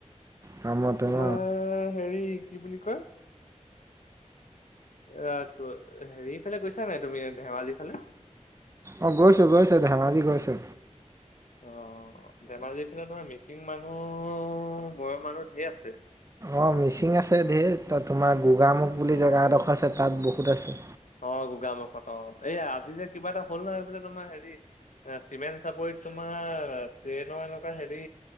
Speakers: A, on the right (about 25°); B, on the left (about 90°).
A: কামতে
B: তোমাৰ
A: ন
B: হেৰি কি বুলি কয় ৰা হেৰি ফালে গৈছা নে তুমি ধেমাজি ফালে?
A: অ', গৈছো গৈছো ধেমাজি গৈছো।
B: অ', ধেমাজিৰ ফালে তোমাৰ মিচিং মানুহ বয়স মানুহ ঢেৰ আছে।
A: অ', মিচিং আছে ধেৰ ত' তোমাৰ গোগামুখ বুলি
B: অ
A: জেগা এডখৰ আছে তাত বহুত আছে।
B: অ', গোগামুখত অ এই আজি যে কিবা এটা হ'ল নহয় এই বোলে তোমাৰ হেৰি এ চিমেণ চাপৰিত তোমাৰ তোমাৰ ট্ৰেইনৰ এনেকুৱা হেৰি